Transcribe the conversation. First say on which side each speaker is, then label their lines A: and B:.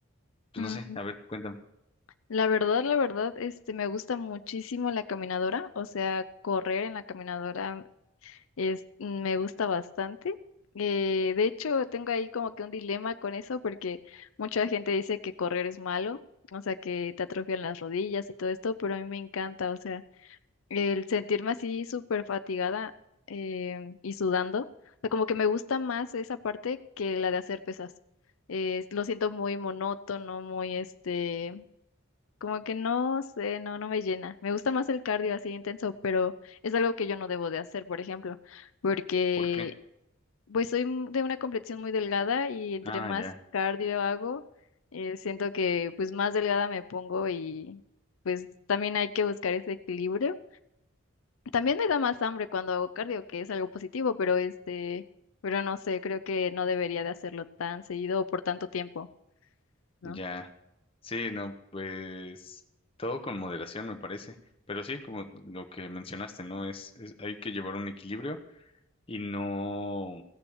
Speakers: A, on the left; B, on the left.
A: pues
B: Mm,
A: no sé, a ver, cuéntame,
B: La verdad, la verdad, este, me gusta muchísimo la caminadora, o sea, correr en la caminadora es, me gusta bastante. Eh, de hecho, tengo ahí como que un dilema con eso porque mucha gente dice que correr es malo, o sea, que te atrofian las rodillas y todo esto, pero a mí me encanta, o sea, el sentirme así súper fatigada eh, y sudando, o sea, como que me gusta más esa parte que la de hacer pesas. Eh, lo siento muy monótono, muy este como que no sé, no, no me llena. Me gusta más el cardio así intenso, pero es algo que yo no debo de hacer, por ejemplo, porque
A: ¿por qué?
B: pues soy m- de una complexión muy delgada y entre
A: Ah,
B: más
A: ya.
B: cardio hago, eh, siento que pues más delgada me pongo y pues también hay que buscar ese equilibrio. También me da más hambre cuando hago cardio, que es algo positivo, pero este, pero no sé, creo que no debería de hacerlo tan seguido o por tanto tiempo, ¿no?
A: Ya, sí, no, pues todo con moderación me parece, pero sí, como lo que mencionaste, ¿no? Es, es- hay que llevar un equilibrio y no